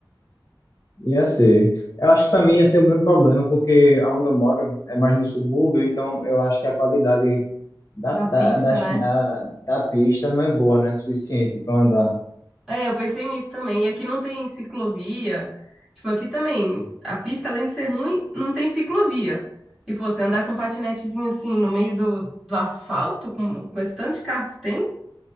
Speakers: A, on the left; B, in the centre.
A: Ia ser. Eu acho que para mim ia ser o mesmo problema, porque onde eu moro é mais no subúrbio, então eu acho que a qualidade da,
B: Da
A: da,
B: pista,
A: das-
B: né?
A: da, da pista não é boa, né? Suficiente para andar.
B: É, eu pensei nisso também. E aqui não tem ciclovia. Tipo, aqui também, a pista, além de ser ruim, não tem ciclovia. E, pô, você andar com um patinetezinho assim no meio do, do asfalto, com, com esse tanto de carro que tem,